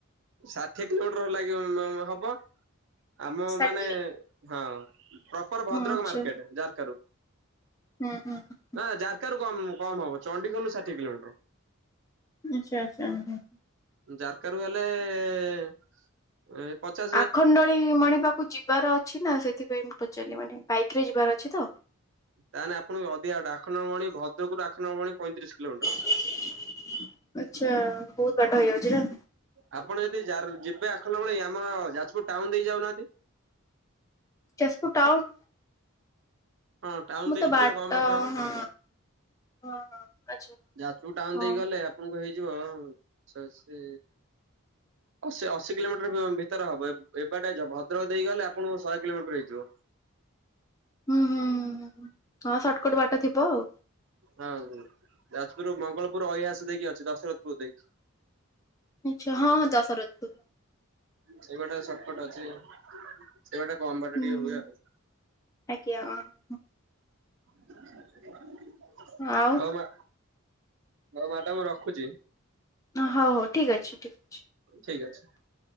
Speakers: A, on the right (about 60°); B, on the left (about 15°).
A: ଷାଠିଏ କିଲୋମିଟର ଲାଗିବ, ଉଁ ମ ମ ହବ। ଆମ
B: ଷାଠିଏ
A: ମାନେ ହଁ, ପ୍ରପର୍ ଭଦ୍ରକ
B: ଆଚ୍ଛା
A: ମାର୍କେଟ ଜାରକାରୁ।
B: ହୁଁ, ହୁଁଁ, ହୁଁ।
A: ନା ଜାରକାରୁ କମ୍ କମ୍ ହବ। ଚଣ୍ଡିଖୋଲରୁ ଷାଠିଏ କିଲୋମିଟର।
B: ଆଛା, ଆଚା, ଓହୋ!
A: ଜାରକା ରୁ ହେଲେ-ଏ ଏଁ ପଚା
B: ଆଖଣ୍ଡଳୀମଣି ପାକୁ ଯିବାର ଅଛି ନା! ସେଥିପାଇଁ ମୁଁ ପଚାରିଲି ମାନେ ବାଇକ୍ ରେ ଯିବାର ଅଛି ତ!
A: ତାନେ ଆପଣଙ୍କୁ ଅଧିକାବାଟ ଆଖଣ୍ଡଳମଣି ଭଦ୍ରକ ରୁ ଆଖଣ୍ଡଳମଣି ପଇଁତିରିଶ କିଲୋମିଟର
B: ଆଛା, ବହୁତ୍ ବାଟ ହେଇଯାଉଛି ନା।
A: ଆପଣ ଯଦି ଜାର୍ ଯିବେ, ଆଖଣ୍ଡମଣି ଆମର ଯାଜପୁର ଟାଉନ୍ ଦେଇ ଯାଉନାହାଁନ୍ତି।
B: ଯାସ୍ ପୁର ଟାଉନ।
A: ହଁ ଟାଉନ
B: ମୁଁ
A: ଦେଇକି
B: ତ ବାଟ
A: ଯିବେ କମ ହବ
B: ହଁ, ହଁ। ଆଚ୍ଛା
A: ଯାଜପୁର ଟାଉନ୍
B: ହଁ।
A: ଦେଇକି ଗଲେ ଆପଣଙ୍କୁ ହେଇଯିବ, ଶସେ ଅଶୀ ଅଶୀ କିଲୋମିଟର ଭ-ଭିତରେ ହବ। ଏବ୍ ଏବାଟେ ଭଦ୍ରକ ଦେଇକି ଗଲେ ଆପଣଙ୍କୁ ଶହେ କିଲୋମିଟର ହେଇଯିବ।
B: ହୁଁ ହୁଁ ହୁଁ ହୁଁ ହଁ, ସଟ୍ କଟ୍ ବାଟ ଥିବ ଆଉ।
A: ହଁ, ଯାଜପୁର ମଙ୍ଗଳପୁର ଅଇହାସ ଦେଇକି ଅଛି। ଦଶରଥପୁର ଦେଇକି।
B: ଆଚ୍ଛା, ହଁ, ହଁ ଦଶରଥପୁର।
A: ସେଇ ବାଟେ ସର୍ଟକଟ ଅଛି। ସେଇ ବାଟେ କମ୍ ବାଟ
B: ହୁଁ
A: ଟିକେ
B: ହୁଁ
A: ହୁଏ ଆଉ।
B: ଆଜ୍ଞା, ଅଁ।
A: <inaudible>
B: ଆଉ।
A: <unintelligible> ମା, ହଉ ମାଡ଼ାମ୍ ରଖୁଛି।
B: ଅ ହଉ ହଉ ଠିକ୍ ଅଛି ଠିକ୍ ଅଛି।
A: ଠିକ୍ ଅଛି।